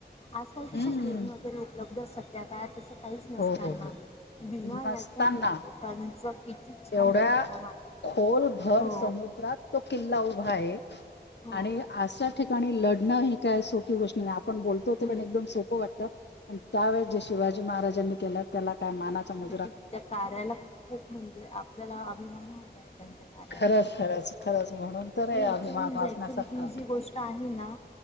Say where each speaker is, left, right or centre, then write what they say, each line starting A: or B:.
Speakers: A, on the left; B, on the left.
A: आजकाल कशी
B: हम्म
A: फ्रेम वगैरे उपलब्ध सध्या काळात काहीच नसताना
B: हो हो हो.
A: भीमा
B: नसताना
A: याच लोकांच किती छान
B: एवढ्या
A: बांधकाम आहे.
B: खोलभर
A: हो
B: समुद्रात तो किल्ला उभा आहे,
A: हो
B: आणि अशा ठिकाणी लढणं, ही काय सोपी गोष्ट नाय. आपण बोलतो ते
A: हम्म
B: पण एकदम सोपं वाटतं. पण त्यावेेळेस जे शिवाजी महाराजांनी केलं त्याला काय माना चा मुजरा.
A: किती त्या कार्याला खूप म्हणजे,, आपल्याला अभिमान वाट त्यांच्या कार्याचा
B: खरंच
A: आणि त्यांचा.
B: खरंच खरंच म्हणून तर आहे
A: आणि
B: अभिमान
A: ऑक्चुली
B: वाचण्यासारखं.
A: <unintelligible> ही जी गोष्ट आहे ना.